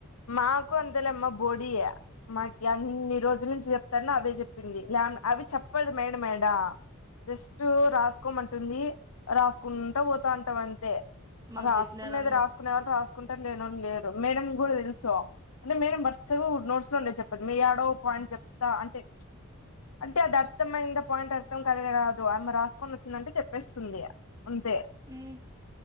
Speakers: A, on the left; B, on the right.
A: మాకు అంతల మ బోడియా మాక్ అన్ని రోజుల నుంచి చెప్తాను అవే చెప్పింది లాం అవి చెప్పలేదు మేడ మేడ జస్ట్ రాసుకోమంటుంది రాసుకుంటా పోతాంటాం అంతే
B: మాకు
A: రాసుకునేది
B: చెప్పినారమ్మా
A: రాసుకునే వాళ్ళు రాసుకుంటారు లేనోలు లేరు మేడం కూడా తెల్స్ సో అంటే మేడం వరుస నోట్స్ లో ఉండే చెప్పదు మీ ఏడో పాయింట్ చెప్తా అంటే అంటే అది అర్థం అయిందా పాయింట్ అర్థం కలిదు కాదు ఆమె రాసుకొని వచ్చిందంటే చెప్పేస్తుంది అంతే
B: ఉమ్,